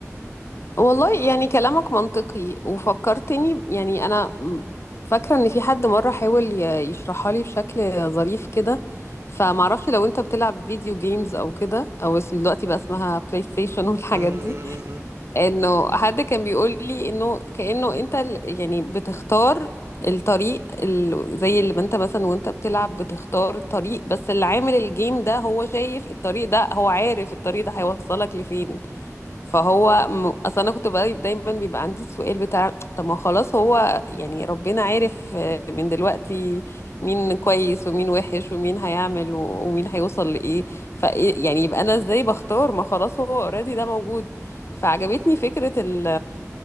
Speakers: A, on the left; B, on the right.
A: والله يعني كلامك منطقي وفكرتني ب- يعني انا م- فاكره ان في حد مره حاول ي- يشرحها لي بشكل ظريف كده فمعرفش لو انت بتلعب فيديو جيمز او كده او اسم دلوقتي بقى اسمها بلاي ستيشن <laughs> والحاجات
B: م- م-
A: دي
B: م-
A: انه حد كان بيقول لي انه كانه انت ال- يعني بتختار الطريق ال... زي اللي ما انت مثلا وانت بتلعب بتختار الطريق بس اللي عامل الجيم ده هو شايف الطريق ده هو عارف الطريق ده هيوصلك لفين فهو م... اصل انا كنت بقى دايما بيبقى عندي السؤال بتاع طب ما خلاص هو يعني ربنا عارف آه، من دلوقتي مين كويس ومين وحش ومين هيعمل و... ومين هيوصل لايه ف إيه، يعني يبقى انا ازاي بختار ما خلاص هو اوريدي ده موجود فعجبتني فكرة ال...